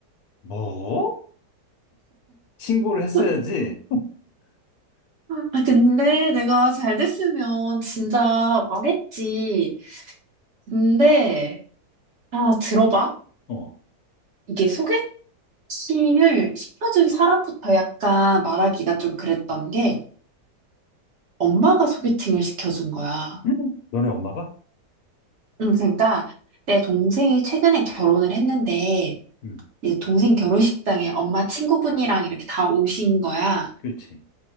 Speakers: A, on the left; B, on the right.
A: 뭐? 신고를
B: <laughs>
A: 했어야지.
B: 아, 근데 내가 잘 됐으면 진짜 말했지. 근데, 아, 들어봐.
A: 어,
B: 이게 소개팅을 시켜준 사람부터 약간 말하기가 좀 그랬던 게, 엄마가 소개팅을 시켜준 거야.
A: 음. 너네 엄마가?
B: 응, 그러니까 내 동생이 최근에 결혼을 했는데,
A: 응,
B: 이제 동생 결혼식장에 엄마 친구분이랑 이렇게 다 오신 거야.
A: 그렇지.